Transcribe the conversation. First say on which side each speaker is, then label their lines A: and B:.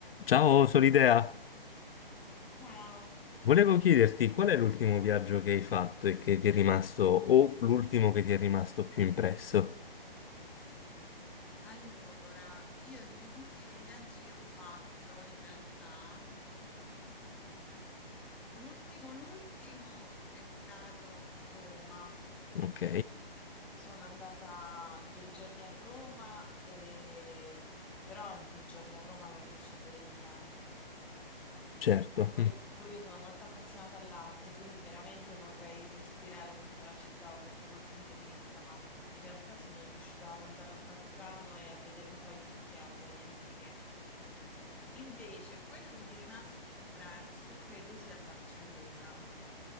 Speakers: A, on the left; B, in the centre.
A: Ciao, Solidea.
B: Ciao.
A: Volevo chiederti qual è l'ultimo viaggio che hai fatto e che ti è rimasto, o l'ultimo che ti è rimasto più impresso?
B: Allora, io di ultimi viaggi che ho fatto, in realtà, l'ultimo, l'ultimo è stato Roma.
A: Ok,
B: Sono andata due giorni a Roma, e... però a due giorni a Roma non riesci a vedere niente.
A: certo.
B: Poi, poi io sono molto appassionata all'arte, quindi veramente vorrei respirare tutta la città sotto quel punto di vista, ma in realtà sono riuscita ad andare al Vaticano e a vedere un paio di chiese, niente di che. Invece, quello che mi è rimasto più impresso credo sia Barcellona.